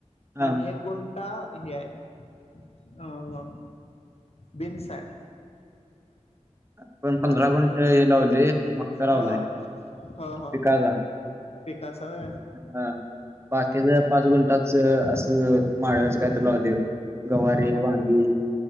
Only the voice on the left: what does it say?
आणि एक गुंटा हे आहे. अ बिन्स आहे.
परत
हा ह ह
पिकाच वहाय.
हा हो